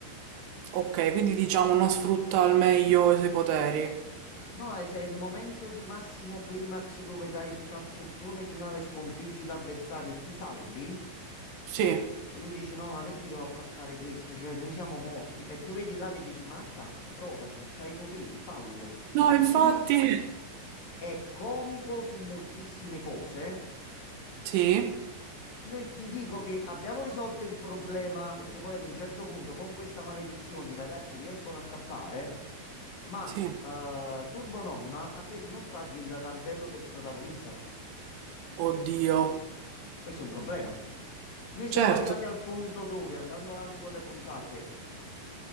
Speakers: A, on the right; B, on the left.
A: Ok, quindi diciamo non sfrutta al meglio i suoi poteri.
B: No, è, è il momento di massimo climax dove dai il cazzottone finale, sconfiggi l'avversario e ti salvi.
A: Sì.
B: E lui dice: No, ma perché devo attaccare questo? Cioè, noi siamo morti. E tu vedi là che dici: Ma attacca, provaci, c'hai i poteri, fallo.
A: No, infatti.
B: Quindi è comico su moltissime cose.
A: Sì.
B: Noi ti dico che abbiamo risolto il problema perché poi ad un certo punto con questa maledizione i ragazzi riescono a scappare, ma
A: Sì.
B: eh, Turbo Nonna ha preso in ostaggio il randello del protagonista.
A: Oddio.
B: Quindi questo è un problema. Noi siamo
A: Certo.
B: arrivati al punto dove, andando avanti con le puntate,